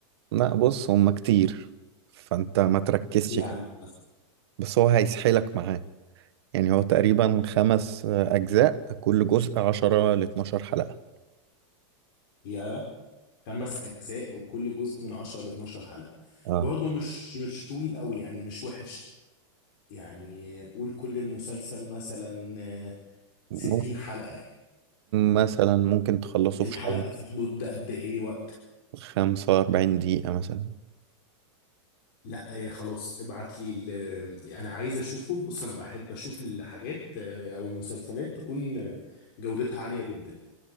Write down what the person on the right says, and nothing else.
لا بص هما كتير فانت ما تركزش
كده بس هو هيسحلك معاه يعني هو تقريبا خمس أجزاء كل جزء عشرة لاتناشر حلقة
اه
مم.
مثلا ممكن تخلصه
في شهر
خمسة وأربعين دقيقة مثلا